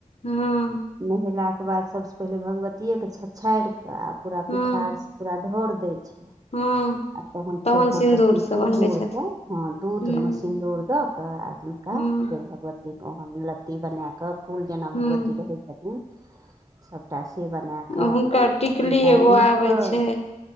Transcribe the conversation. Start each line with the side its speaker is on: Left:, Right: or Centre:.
Left: हूम्म।
Right: नहेलाक बाद सबसँ पहिले भगवतीये के छछाड़ि कऽ आ पूरा
Left: हँ
Right: पीठार से पूरा ढ़ौर दै छै
Left: हँ
Right: आ तहन फेर भगवती
Left: सिन्दूरसँ
Right: सिन्दूर
Left: बनबै छथिन
Right: हॅं दूध
Left: हूँ
Right: मे सिन्दूर दऽ कऽ आ हुनका
Left: हूँ
Right: फेर भगवतीक ओहन लत त्ती बनेए कऽ फूल जेना
Left: हूँ
Right: भगवती रहै छथिन सबटा से बनेए हुनका
Left: हुनकर टिकली एगो
Right: नीक
Left: आबै
Right: कऽ
Left: छै